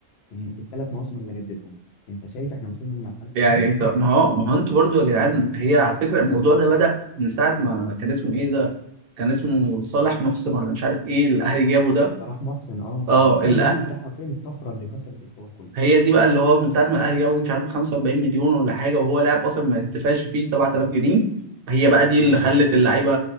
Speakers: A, on the left; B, on the right.
A: في, الم... في الثلاث مواسم اللي جددهم انت شايف احنا وصلنا لمرحله
B: يعني
A: ايه
B: انت
A: <laughs>
B: ما هو ما هو انتوا برضو يا جدعان هي على فكره الموضوع ده بدأ من ساعه ما كان اسمه ايه ده كان اسمه صالح محسن ولا مش عارف ايه الاهلي جابه ده
A: صلاح محسن اه
B: اه
A: كان ده
B: الأ-
A: ده ده حرفيا الطفره اللي كسرت الحوار كله
B: هي دي بقى اللي هو من ساعه ما الاهلي جابوا مش عارف 45 مليون ولا حاجه وهو لاعب اصلا ما انتفعش فيه 7000 جنيه هي بقى دي اللي
A: اه
B: خلت اللعيبه